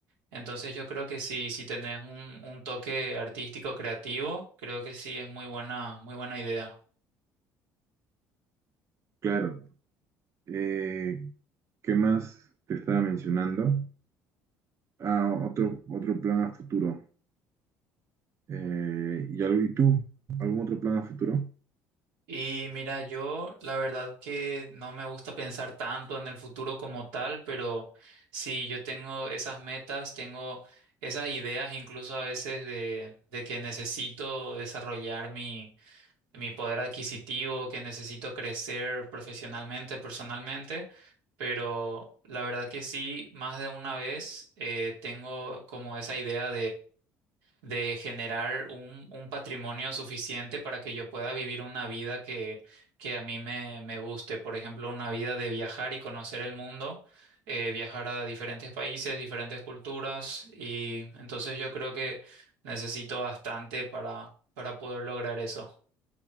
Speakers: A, on the right (about 80°); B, on the right (about 40°).
A: Entonces yo creo que si, si tenés un, un toque artístico creativo, creo que sí es muy buena, muy buena idea.
B: Claro, eh, ¿qué más te estaba mencionando? Ah, otro, otro plan a futuro. Eh, y, algo- ¿Y tú, algún otro plan a futuro?
A: Y mira, yo la verdad que no me gusta pensar tanto en el futuro como tal, pero sí, yo tengo esas metas, tengo esas ideas incluso a veces de, de que necesito desarrollar mi, mi poder adquisitivo, que necesito crecer profesionalmente, personalmente, pero la verdad que sí, más de una vez eh, tengo como esa idea de generar un, un patrimonio suficiente para que yo pueda vivir una vida que, que a mí me, me guste. Por ejemplo, una vida de viajar y conocer el mundo, eh, viajar a diferentes países, diferentes culturas. Y entonces yo creo que necesito bastante para, para poder lograr eso.